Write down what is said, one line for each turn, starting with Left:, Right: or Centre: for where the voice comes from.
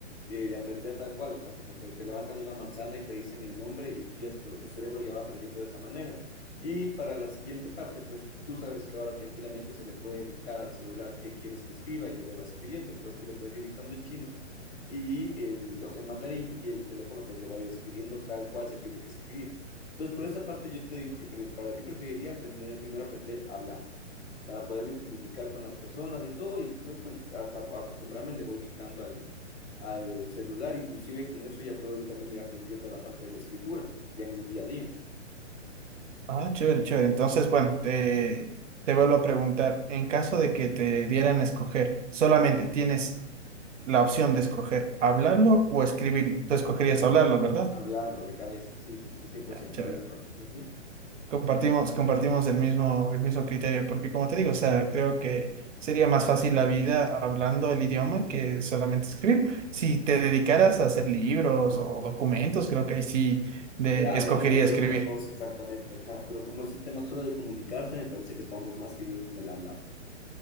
Left: de, de aprender tal cual, o sea, como que te levantan una manzana y te dicen el nombre y tú ya, tu cerebro ya va aprendiendo de esa manera. Y para la siguiente parte, pues tú sabes que ahora tranquilamente se le puede dictar al celular qué quieres que escriba y él lo va escribiendo, entonces tú le puedes ir dictando en chino y el, o sea, en mandarín y el teléfono pues lo va a ir escribiendo tal cual se tiene que escribir. Entonces, por esa parte yo te digo que pre- para, yo preferiría aprender, primero aprender a hablar, para poderme comunicar con las personas y todo, y después pues hasta acostumbrarme le voy dictando al, al celular, inclusive con eso ya puedo yo también ir aprendiendo la parte de la escritura, ya en mi día a día,
Right: Ah, chévere, chévere. Entonces, bueno, te, te vuelvo a preguntar, en caso de que te dieran a escoger, solamente tienes la opción de escoger hablarlo o escribirlo. Tú escogerías hablarlo, ¿verdad?
Left: hablarlo de cabeza, sí, sí, sí, cien por
Right: Ya,
Left: ciento
Right: chévere.
Left: hablarlo. Ujú.
Right: Compartimos, compartimos el mismo, el mismo criterio, porque como te digo, o sea, creo que sería más fácil la vida hablando el idioma que solamente escribir. Si te dedicaras a hacer libros o documentos, creo que ahí sí de,
Left: Claro,
Right: escogería
Left: eso ya fue
Right: escribir.
Left: otra cosa, exactamente, ajá, pero como es el tema solo de comunicarse, me parece que estamos más que bien con el hablar.